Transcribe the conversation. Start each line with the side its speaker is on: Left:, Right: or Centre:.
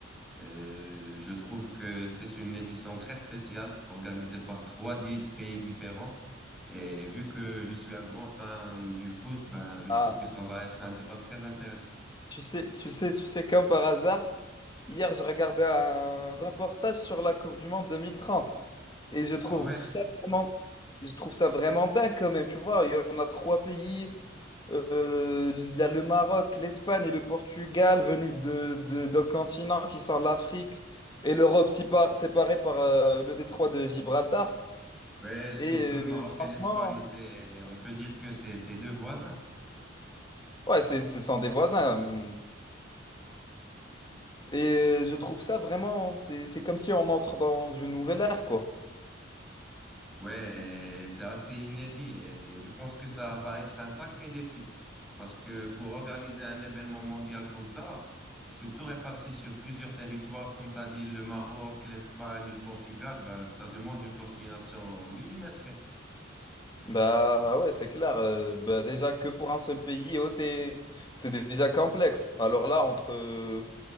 Centre: Euh, je trouve que c'est une édition très spéciale organisée par trois di- pays différents. Et vu que je suis un grand fan du foot, ben, je
Left: Ah,
Centre: trouve que ça va être un débat très intéressant.
Left: tu sais, tu sais, tu sais, comme par hasard, hier je regardais un reportage sur la Coupe du Monde 2030 et je trouve
Centre: Ah ouais?
Left: ça vraiment, je trouve ça vraiment dingue quand même, tu vois, il y en a trois pays, euh, il y a le Maroc, l'Espagne et le Portugal venus de, de, d'un continent qui sont l'Afrique et l'Europe sépa- séparée par euh, le détroit de Gibraltar
Centre: Ouais,
Left: et
Centre: surtout le Maroc
Left: euh, franchement...
Centre: et l'Espagne, c'est, on peut dire que c'est c'est deux voisins.
Left: Ouais, c'est, ce sont des voisins. hmm. Et euh, je trouve ça vraiment, c'est c'est comme si on entre dans une nouvelle ère, quoi.
Centre: Ouais, et c'est assez inédit et je pense que ça va être un sacré défi. Parce que pour organiser un événement mondial comme ça, surtout réparti sur plusieurs territoires, comme tu as dit, le Maroc, l'Espagne, le Portugal, ben, ça demande une coordination millimétrée.
Left: Bah ouais, c'est clair. euh, bah déjà que pour un seul pays, oh, t'es- c'est déjà complexe. Alors là, entre, euh,